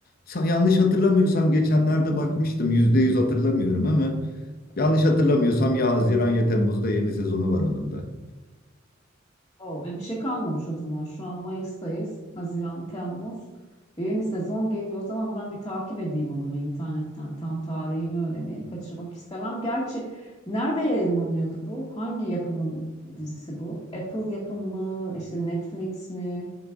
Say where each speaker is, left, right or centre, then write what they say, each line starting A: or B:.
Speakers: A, on the left; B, on the left.
A: Sa- yanlış hatırlamıyorsam geçenlerde bakmıştım. yüzde yüz hatırlamıyorum ama yanlış hatırlamıyorsam ya Haziran ya Temmuz'da yeni sezonu var onun da.
B: O, ve bir şey kalmamış o zaman. Şu an Mayıs'tayız. Haziran, Temmuz. Yeni sezon geliyor. O zaman ben bir takip edeyim onu bir internetten. Tam tarihini öğreneyim. Kaçırmak istemem. Gerçi nerede yayınlanıyordu bu? Hangi yapımın dizisi bu? Apple yapımı mı? İşte Netflix mi?